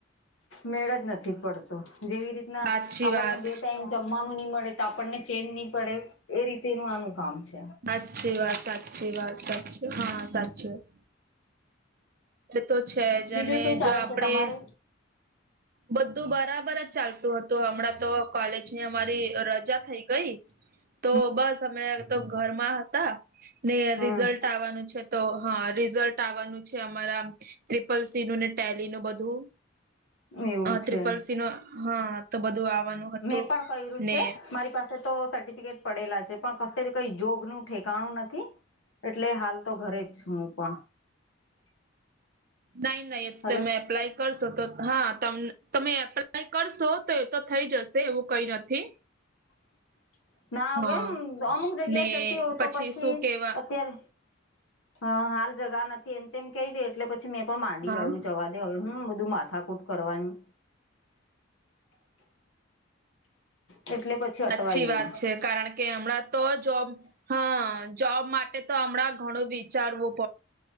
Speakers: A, on the left; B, on the right.
A: મેળ જ નથી પડતો. જેવી રીત ના,
B: સાચી
A: આપણને
B: વાત
A: બે ટાઈમ જમવાનું ની મળે તો આપણને ચેન ની પડે, એ રીતેનું આનું કામ છે.
B: સાચ્ચી વાત, સાચ્ચી વાત, સાચ્ચી વાત. હા સાચ્ચી વાત. તો છે જ
A: બીજું
B: અને
A: શું
B: જો
A: ચાલે
B: આપડે
A: છે તમારે
B: બધું બરાબર ચાલતું હતું હમણાં તો કોલેજની રજા થઈ ગઈ.
A: <inaudible>
B: તો બસ અમે તો ઘરમાં હતા. ને
A: હમ
B: રિઝલ્ટ આવવાનું છે તો હા રિઝલ્ટ આવવાનું છે. ્રિપલ સી નું ને ટેલી નું બધું
A: એવું
B: ત્રિપલ
A: છે.
B: સ ન- હા તો બધું આવવાનું હતું
A: મેં પણ કર્યું
B: ને
A: છે મારી પાસે તો સર્ટિફિકેટ પડેલા છે પણ ક જ કઈ જોબ નું ઠેકાણું નથી એટલે હાલ તો ઘરે જ છું હું પણ
B: નહી નહી એ
A: હલો
B: તમે એપ્લાય કરશો તો હા ત તમે એપ્લાય કરશો તો તો થઈ જશે. એવું કઈ નથી.
A: હ. ના
B: હા
A: એમ અમુક જગ્યાએ
B: ને
A: જતી હોય તો પછી
B: શું કેવા
A: અત્યારે- હા હાલ જગા નથી એમ તેમમ કહી દે એટલે પછી મેં પણ માંડી
B: હા
A: વાયું જવા દ હવે હું બધું માથાકૂટ કરવાની. એટલે. પછી
B: સાચ્છી
A: અટવાઈ
B: વાત
A: હું
B: છે કારણ કે હમણાં તો જોબ હા જોબ માટે તો હમણાં વિચારવું.